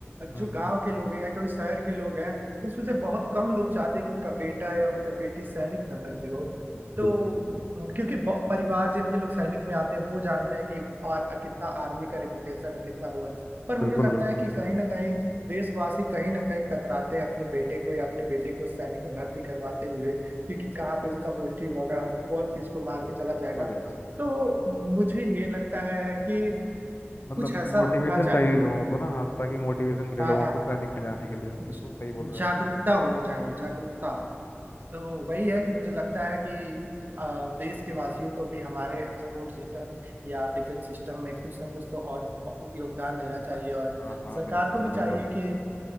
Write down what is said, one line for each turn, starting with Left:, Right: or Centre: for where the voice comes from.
Right: जो
Left: हम्म
Right: गांव
Left: हम्म,
Right: के लोग हैं या कोई शहर के लोग हैं तो इसमें से बहुत कम लोग चाहते हैं कि उनका बेटा या उनका बेटी सैनिक में भर्ती हो
Left: बिल्कुल
Right: तो क्योंकि ब- परिवार जिनके लोग सैनिक में आते हैं वो जानते हैं कि आ, कितना आर्मी का रिपुटेशन है कितना वो है पर मुझे
Left: बिल्कुल
Right: लगता
Left: बिल्कुल
Right: है कि कहीं ना कहीं देशवासी कहीं ना कहीं कतराते हैं अपने बेटे को या अपनी बेटी को सैनिक में भर्ती करवाते हुए क्योंकि कहाँ पे उनका पोस्टिंग होगा कौन किसको मार के चला जाएगा
Left: बिल्कुल यार
Right: तो मुझे ये लगता है कि
Left: मतलब
Right: कुछ ऐसा
Left: मोटिवेशन
Right: होना चाहिए
Left: चाहिए लोगों को ना हाँ ताकि मोटिवेशन मिले
Right: हाँ
Left: लोगों
Right: हाँ
Left: को
Right: हाँ
Left: सैनिक में जाने के लिए बिल्कुल
Right: ज-
Left: सही बोल
Right: जागरूकता
Left: रहे हो आप
Right: होनी चाहिए जागरूकता तो वही है कि मुझे लगता है कि अ, देश के वासियों को भी हमारे सपोर्ट सिस्टम या डिफेंस सिस्टम में कुछ ना कुछ तो और अप- योगदान देना चाहिए और
Left: हाँ हाँ
Right: सरकार
Left: बिल्कुल
Right: को भी चाहिए
Left: बिल्कुल
Right: कि